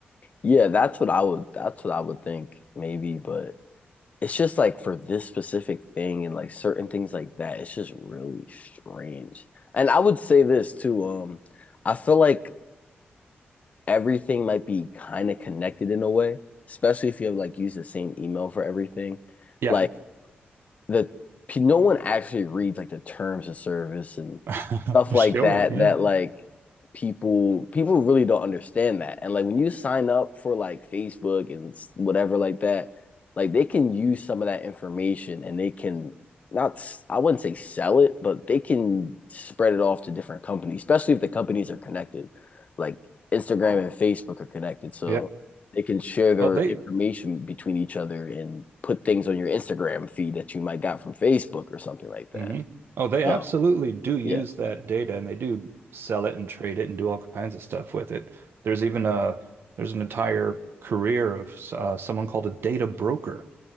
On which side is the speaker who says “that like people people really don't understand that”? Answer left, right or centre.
Left